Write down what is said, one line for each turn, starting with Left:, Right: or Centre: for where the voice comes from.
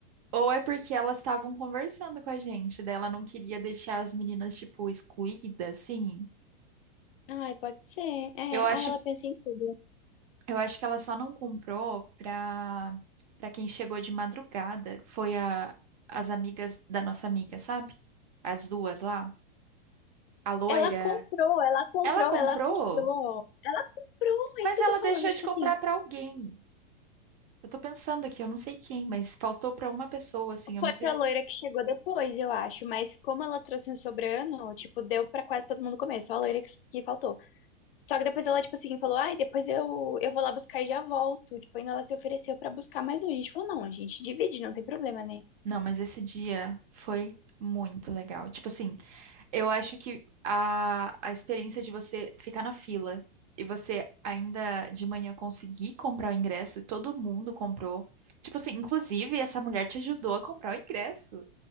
Right: Ou é porque elas estavam conversando com a gente, daí ela não queria deixar as meninas, tipo, excluídas, assim.
Left: Ai, pode ser. É,
Right: Eu acho,
Left: ai, ela pensa em tudo.
Right: eu acho que ela só não comprou pra, pra quem chegou de madrugada. Foi a, as amigas da nossa amiga, sabe? As duas lá. A loira.
Left: Ela comprou, ela comprou,
Right: Ela comprou,
Left: ela comprou. Ela comprou,
Right: mas
Left: é isso que
Right: ela
Left: eu tô falando,
Right: deixou
Left: tipo
Right: de comprar
Left: assim.
Right: pra alguém. Eu tô pensando aqui, eu não sei quem, mas faltou pra uma pessoa, assim. Eu
Left: Foi
Right: não sei.
Left: pra loira que chegou depois, eu acho. Mas como ela trouxe um sobrano, tipo, deu pra quase todo mundo comer. Só a loira que, que faltou. Só que depois ela, tipo assim, falou: Ai, depois eu, eu vou lá buscar e já volto. Tipo, ainda ela se ofereceu pra buscar mais um. A gente falou: Não, a gente divide, não tem problema, né?
Right: Não, mas esse dia foi muito legal. Tipo assim, eu acho que a, a experiência de você ficar na fila e você ainda de manhã conseguir comprar o ingresso, e todo mundo comprou. Tipo assim, inclusive essa mulher te ajudou a comprar o ingresso.